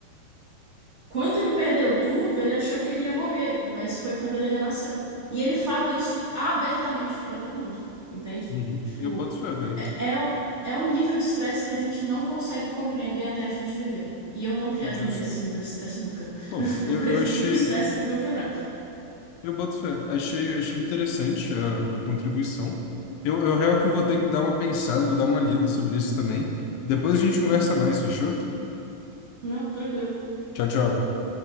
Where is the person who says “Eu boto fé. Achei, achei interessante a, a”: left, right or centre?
Left